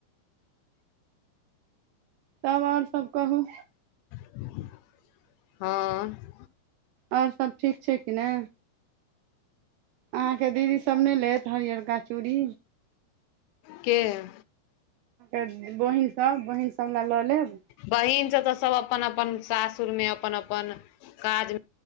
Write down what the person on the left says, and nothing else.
हँ
के?
बहिन सब तऽ सब अपन अपन सासुर में अपन अपन काज मे